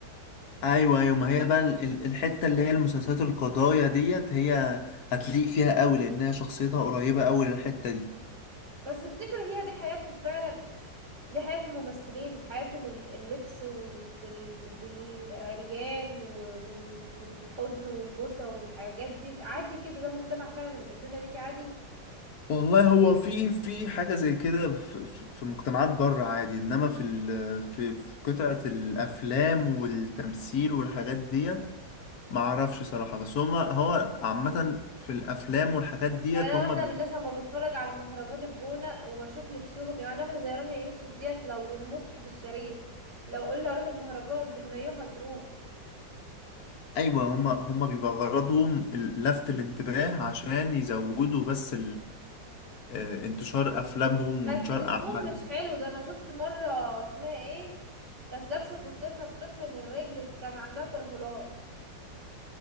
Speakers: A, on the left; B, on the right.
A: ايوه ايوه ما هي بقى ال- ال- الحته اللي هي المسلسلات القضايا ديت هي هتليق فيها قوي لانها شخصيتها قريبه قوي للحته دي
B: بس افتكر هي دي حياتهم فعلا دي حياة الممثلين حياتهم ال- اللبس وال... بال... بالعريان و- وال... والحضن والبوسة والحاجات دي عادي كده ده مجتمع فعلا الدنيا دي فيه عادي
A: والله هو في في حاجة زي كده في, في في مجتمعات بره عادي إنما في ال في, في قطعة الأفلام والتمثيل والحاجات ديت معرفش صراحة بس هما هو عامة في الأفلام والحاجات ديت
B: يعني انا
A: هما
B: واحده
A: بي
B: من الناس لما بتفرج على مهرجان الجونه وبشوف لبسهم يعني واحده زي رانيا يوسف ديت لو المصحف الشريف لو قلنا روح المهرجان بالمايو هتروح
A: أيوة هما هما بيبقى غرضهم ال- لفت الانتباه عشان يزودوا بس آه، انتشار افلامهم
B: بس
A: وانتشار
B: جسمهم
A: اعمالهم
B: مش حلو ده انا شفت مره اسمها ايه كانت لابسه فستان مفتوح من الرجل كان عندها ترهلات